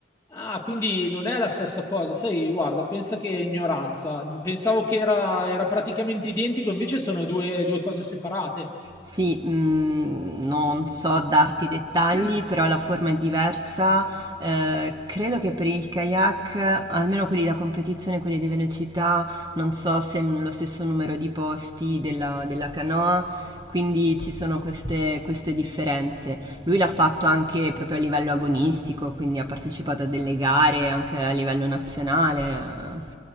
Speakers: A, on the left (about 15°); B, on the right (about 20°).
A: Ah, quindi non è la stessa cosa. Sai, guarda, pensa che ignoranza. Pensavo che era, era praticamente identico, invece sono due, due cose separate.
B: Sì, mm, non so darti dettagli,
A: <clears throat>
B: però la forma è diversa. Eh, credo che per il kayak, almeno quelli da competizione, quelli di velocità, non so se hanno lo stesso numero di posti della, della canoa, quindi ci sono queste, queste differenze. Lui l'ha fatto anche proprio a livello agonistico, quindi ha partecipato a delle gare anche a livello nazionale.